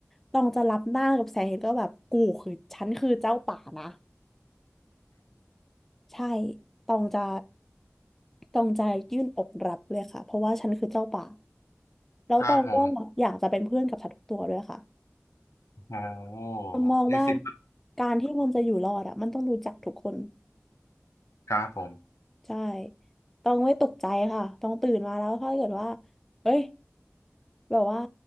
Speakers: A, in the centre; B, on the left (about 80°).
A: ต้องจะรับหน้ากับแสงเห็นก็แบบกูคือฉันคือเจ้าป่านะใช่ต้องจะต้องจะยื่นอกรับเลยค่ะเพราะว่าฉันคือเจ้าป่าแล้วตองก็อยากจะเป็นเพื่อนกับสัตว์ทุกตัวด้วยค่ะ
B: ครับผมโอ้โห
A: ต้องมองว่า
B: นี่สิบ
A: การที่มันจะอยู่รอดอ่ะมันต้องรู้จักทุกคน
B: ครับผม
A: ใช่ต้องไม่ตกใจค่ะต้องตื่นมาแล้วถ้าเกิดว่าเอ้ยแบบว่า